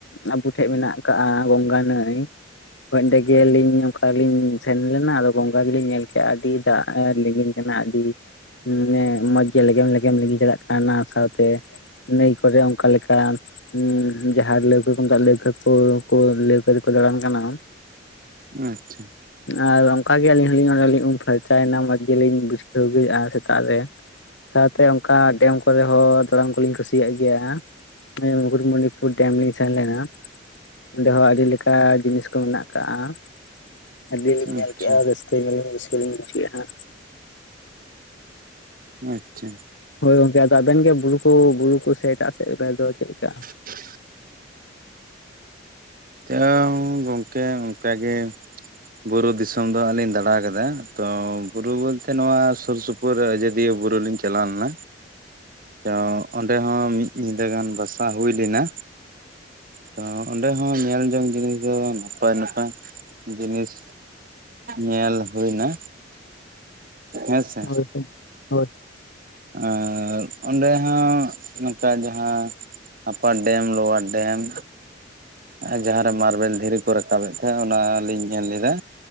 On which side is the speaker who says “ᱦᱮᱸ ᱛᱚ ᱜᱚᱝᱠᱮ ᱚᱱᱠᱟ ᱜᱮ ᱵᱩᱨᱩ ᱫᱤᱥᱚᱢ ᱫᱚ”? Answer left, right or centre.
Right